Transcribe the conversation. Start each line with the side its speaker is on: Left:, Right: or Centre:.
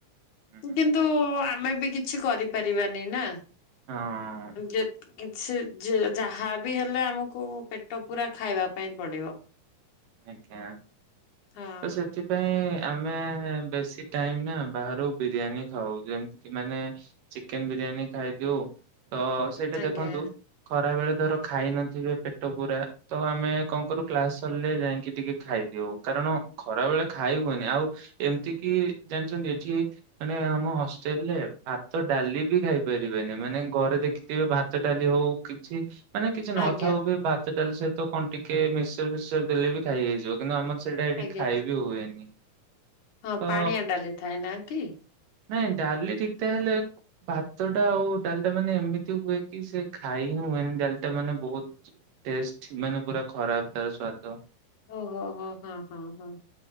Right: ହଁ
Left: କିନ୍ତୁ ଆମେ ବି କିଛି କରିପାରିବାନି ନା
Right: ଆଜ୍ଞା।
Left: ଯେ କିଛି ଯ ଯାହା ବି ହେଲେ ଆମକୁ ପେଟ ପୂରା ଖାଇବା ପାଇଁ ପଡିବ।
Right: ଆଜ୍ଞା
Left: ହଁ
Right: ତ ସେଥିପାଇଁ ଆମେ ବେଶୀ ଟାଇମ୍ ନା ବାହାରୁ ବିରିୟାନୀ ଖାଉ ଯେମିତି ମାନେ ଚିକେନ ବିରିୟାନୀ ଖାଇଦିଉ ତ ସେଇଟା
Left: ଆଜ୍ଞା
Right: ଦେଖନ୍ତୁ ଖରା ବେଳେ ଧର ଖାଇ ନଥିବେ ପେଟ ପୁରା ତ ଆମେ କଣ କରୁ କ୍ଲାସ ସରିଲେ ଯାଇକି ଟିକେ ଖାଇଦିଉ କାରଣ ଖରା ବେଳେ ଖାଇ ହୁଏନି ଆଉ ଏମିତି କିି ଜାଣିଛନ୍ତି ଏଠି ମାନେ ଆମ ହଷ୍ଟେଲ୍ ରେ ଭାତ ଡାଲି ବି ଖାଇପାରିବେନି ମାନେ ଘରେ ଦେଖି ଭାତ ଡାଲି ହଉ କିଛି ମାନେ କିଛି ନଥାଉ
Left: ଆଜ୍ଞା।
Right: ବି ଭାତ ଡାଲି ସହିତ କଣ ଟିକେ ମିକ୍ସଚର୍ ଫିକସଚର୍ ଦେଲେ ବି ଖାଇ ହେଇଯିବ କିନ୍ତୁ ଆମର ସେଇଟା ଏଠି
Left: ଆଜ୍ଞା
Right: ଖାଇବି ହୁଏନି।
Left: ହଁ
Right: ତ
Left: ପାଣିଆ ଡାଲି ଥାଏ ନା କି?
Right: ନାଇଁ ଡାଲି ଠିକ୍ ଠାକ୍ ହେଲେ ଭାତ ଟା ଆଉ ଡାଲିଟା ମାନେ ଏମିତି ହୁଏ କି ସେ ଖାଇ ହିଁ ହୁଏନି ଡାଲିଟା ମାନେ ବହୁତ ଟେଷ୍ଟ୍ ମାନେ ପୁରା ଖରାପ୍ ତାର ସ୍ବାଦ।
Left: ଓହୋ ହୋ ହୋ ହଁ ହଁ